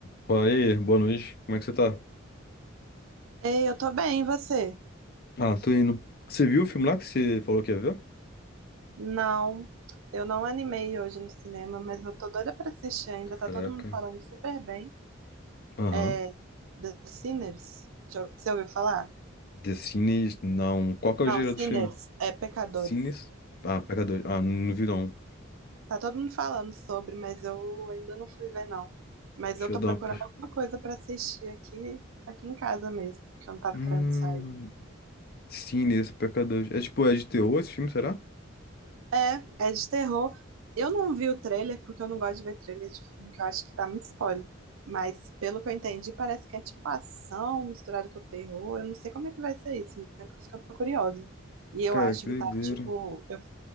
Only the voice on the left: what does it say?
Pô, e aí, boa noite. Como é que você tá?
Ah, tô indo. Você viu o filme lá que você falou que ia ver?
Caraca.
Aham.
The Sinners, não. Qual que é
o gênero
do filme?
Sinners? Ah, Pecadores. Ah, não vi não.
Deixa
eu dar
uma... pes-
Hum...
Sinners, Pecadores. É tipo, é de terror esse filme, será?
Cara,
que doideira.